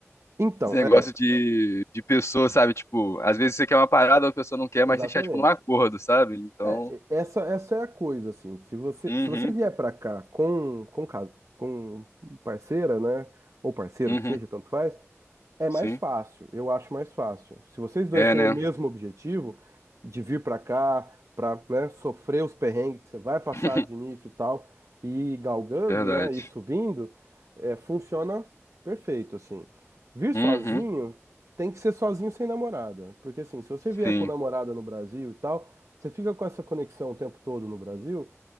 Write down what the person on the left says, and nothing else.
esse negócio
de, de pessoa, sabe? Tipo, às vezes você quer uma parada, a pessoa não quer,
mas tem que chegar, tipo, num acordo, sabe? Então,
uhum,
uhum,
sim,
é,
né?
<laughs>
Verdade.
Uhum,
sim.